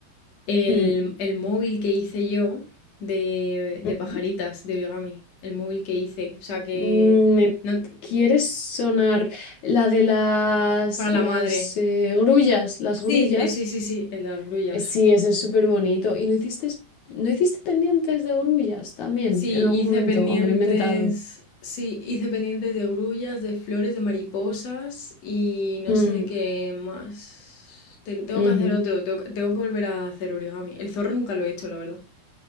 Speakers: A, on the left; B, on the left.
A: el,
B: hmm,
A: el móvil que hice yo de,
B: ujú.
A: de pajaritas, de origami. El móvil que hice. O sea, que...
B: Mm, ¿Me
A: no-
B: quieres sonar la de las,
A: para
B: las
A: la madre.
B: eh, grullas? Las grullas.
A: Sí, eh, sí, sí, sí, el de las grullas.
B: Eh, Sí, ese es súper bonito. ¿Y no hiciste, no hiciste pendientes de grullas también
A: Sí,
B: en algún
A: hice
B: momento?
A: pendientes,
B: ¿O me lo he inventado?
A: sí, hice pendientes de grullas, de flores, de mariposas y no
B: Mm,
A: sé de qué más. Ten- tengo
B: ujú.
A: que hacer otro, tengo, que tengo que volver a hacer origami. El zorro nunca lo he hecho, la verdad.